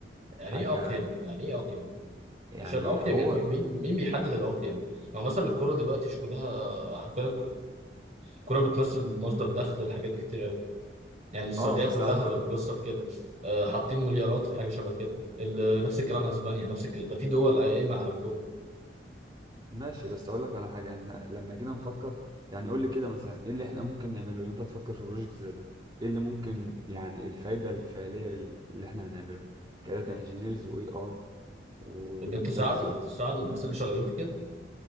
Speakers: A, on the right (about 40°); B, on the right (about 25°).
A: يعني
B: حاجة
A: ايه اقيم يعني ايه اقيم
B: يعني
A: مش الاقيم
B: هو
A: يعني إيه؟ مين مين بيحدد الاقيم ما مثلا الكوره دلوقتي شغلها حرفيا الكوره بتمثل مصدر دخل لحاجات كتير قوي. يعني السعوديه
B: آه
A: كلها
B: بس على فكرة
A: فلوسها في كده آه، حاطين مليارات في حاجه شبه كده ال- نفس الكلام اسبانيا نفس الكلام ده في دول قايمه على الكوره
B: ماشي بس اقول لك على حاجه انت لما جينا نفكر يعني قول لي كده مثلا ايه اللي احنا ممكن نعمله ان انت تفكر في بروجكت زي ده ايه اللي ممكن يعني الفايده الفعليه اللي احنا هنعمله كداتا انجينيرز واي اي والداتا
A: انك تساعدوا
B: ساين
A: تساعدوا الناس اللي شغالين في كده